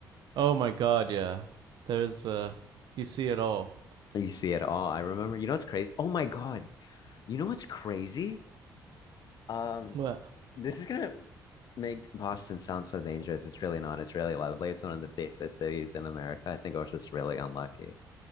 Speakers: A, on the right; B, on the left.
A: Oh my God, yeah. There's uh, you see it all.
B: You see it all. I remember, you know what's crazy? Oh my God. You know what's crazy? Um,
A: What?
B: This is gonna make Boston sound so dangerous. It's really not. It's really lovely. It's one of the safest cities in America. I think I was just really unlucky.